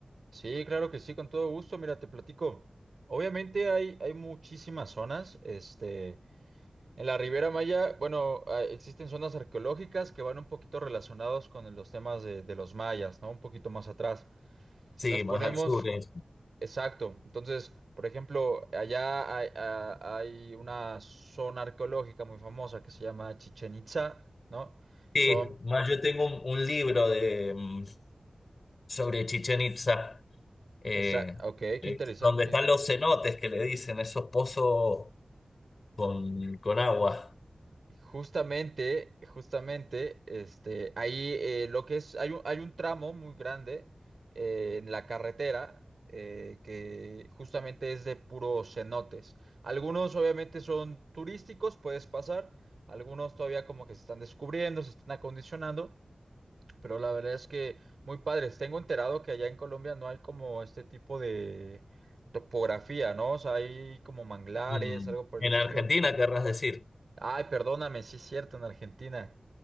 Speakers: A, on the right; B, on the left.
A: Sí, claro que sí, con todo gusto. Mira, te platico. Obviamente hay, hay muchísimas zonas, este, en la Riviera Maya, bueno, ah, existen zonas arqueológicas que van un poquito relacionados con los temas de, de los mayas, ¿no? Un poquito más atrás. Si
B: sí,
A: nos ponemos
B: más al sur. eh.
A: Exacto. Entonces, por ejemplo, allá hay, a- hay una zona arqueológica muy famosa que se llama Chichen Itza, ¿no?
B: Sí,
A: Son,
B: más yo tengo un, un libro de, mm, sobre Chichén Itzá, eh,
A: esa, ok, qué
B: eh,
A: interesante.
B: donde están los cenotes que le dicen, esos pozos con, con agua.
A: Justamente, justamente, este, ahí eh, lo que es, hay un, hay un tramo muy grande eh, en la carretera eh, que justamente es de puros cenotes. Algunos obviamente son turísticos, puedes pasar. Algunos todavía como que se están descubriendo, se están acondicionando. Pero la verdad es que muy padres. Tengo enterado que allá en Colombia no hay como este tipo de topografía, ¿no? O sea, hay como manglares,
B: Mm,
A: algo por
B: En
A: el estilo.
B: Argentina, querrás decir.
A: Ay, perdóname, sí es cierto, en Argentina.